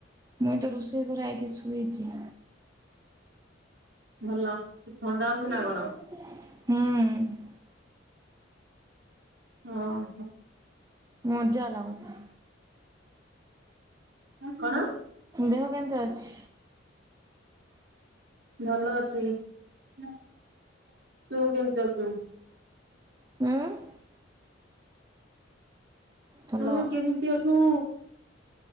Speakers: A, on the right (about 20°); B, on the right (about 65°).
A: ମୁଁ ତ ରୋଷେଇ ଘରେ ଆଗେ ଶୋଇଚି।
B: ଭଲ। ଥଣ୍ଡା
A: <unintelligible>
B: ହଉଛି ନା କଣ?
A: ହୁଁ।
B: ହଁ ପା।
A: ମଜା ଲାଗୁଚି।
B: କଣ?
A: ଦେହ କେମତି ଅଛି?
B: ଭଲ ଅଛି। <inaudible> ତୁ କେମତି ଅଛୁ?
A: ମୁଁ ହାଲୋ
B: ତୁ କେମିତି ଅଛୁ?